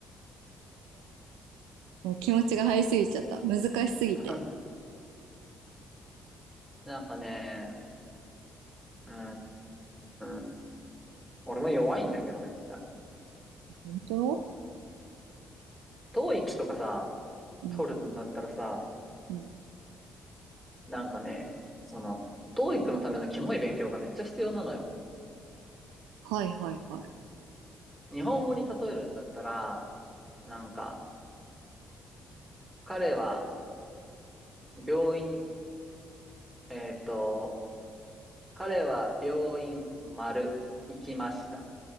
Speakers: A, on the right; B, on the right.
A: う気持ちが入りすぎちゃった。難しすぎて。
B: あ、<laughs> なんかね、うーん、俺も弱いんだけどめっちゃ。
A: 本当
B: 統一とかさ、
A: うん。
B: 取るんだったらさ、
A: うん。
B: なんかね、その、t o e i のためのキモい勉強がめっちゃ必要なのよ。
A: はいはいはい。
B: 日本語に例えるんだったら、なんか、彼は病院、えっと、彼は病院丸行きました